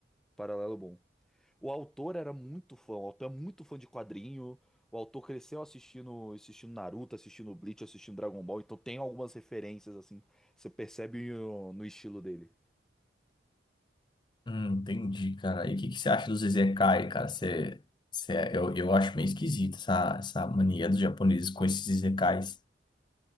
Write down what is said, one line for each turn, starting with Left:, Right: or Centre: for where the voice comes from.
Centre: Paralelo bom. O autor era muito fã, o autor é muito fã de quadrinho. O autor cresceu assistindo, assistindo Naruto, assistindo Bleach, assistindo Dragon Ball, então tem algumas referências, assim, você percebe no no estilo dele.
Left: Hum, entendi, cara. E o que, que você acha dos Izekai, cara? Você, você, eu, eu acho meio esquisito essa, essa mania dos japoneses com esses Izekais.